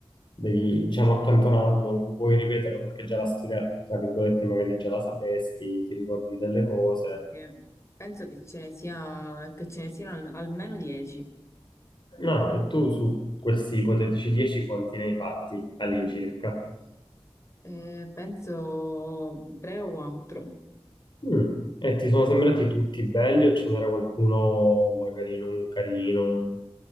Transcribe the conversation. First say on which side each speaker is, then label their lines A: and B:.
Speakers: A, on the left; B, on the left.
A: devi, diciamo, accantonarlo, non puoi ripeterlo perché già la storia, tra virgolette, magari già la sapresti, ti ricordi delle cose.
B: perché Penso che ce ne sia, che ce ne siano al- almeno 10,
A: No, e tu su questi ipotetici 10 quanti ne hai fatti all'incirca?
B: Eh, penso 3 o 4.
A: Mm. E ti sono sembrati tutti belli o ce n'era qualcuno magari non carino?